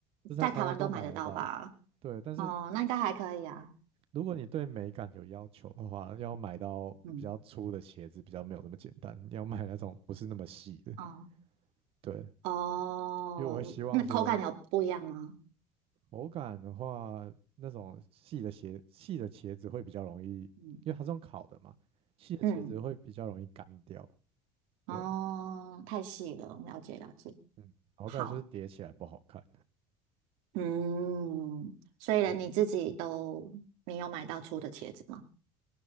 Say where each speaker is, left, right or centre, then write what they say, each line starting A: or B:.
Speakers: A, on the right (about 50°); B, on the right (about 70°).
A: 这在台湾都买得到。
B: 在台湾都买得到吧？
A: 对，但是
B: 哦，那应该还可以啊。
A: 如果你对美感有要求的话，要买到比较粗的茄子比较没有那么简单，
B: 嗯
A: 你要买那种不是那么细的。
B: 哦
A: 对，
B: 哦，
A: 因为我会希望说
B: 那口感有不一样吗？
A: 口感的话，那种细的鞋细的茄子会比较容易，因为它这种烤的嘛，
B: 嗯，
A: 细的茄子会比较容易干掉。
B: 嗯，哦，
A: 对啊
B: 太细了，了解了解。
A: 嗯，然后再来就是叠起来不好看。
B: 好。嗯，所以连你自己都，
A: 对
B: 你有买到粗的茄子吗？